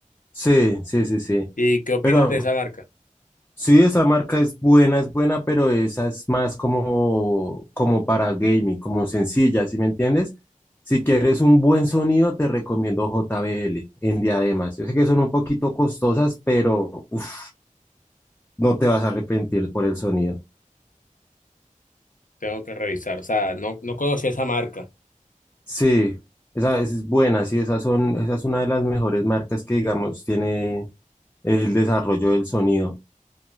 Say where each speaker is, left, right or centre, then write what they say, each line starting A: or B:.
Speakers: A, on the left; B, on the left.
A: sí, sí, sí, sí.
B: ¿Y qué opinas
A: Pero
B: de esa marca?
A: Sí, esa marca es buena, es buena, pero esa es más como, como para gaming, como sencilla, ¿sí me entiendes? Si quieres un buen sonido, te recomiendo JBL en diademas. Yo sé que son un poquito costosas, pero uf, no te vas a arrepentir por el sonido.
B: Tengo que revisar. O sea, no, no conocía esa marca. <laughs>
A: Sí, esa es buena, sí, esas son, esa es una de las mejores marcas que, digamos, tiene el desarrollo del sonido.